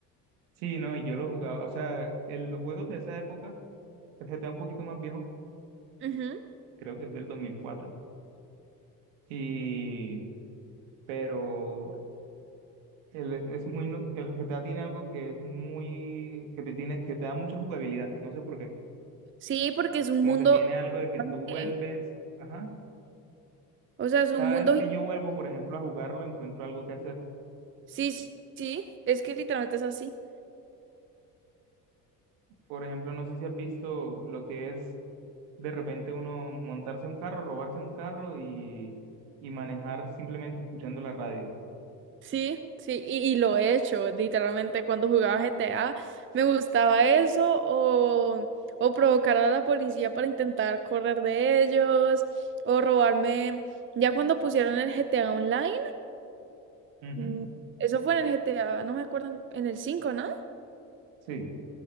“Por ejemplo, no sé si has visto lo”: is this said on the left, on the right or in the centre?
Right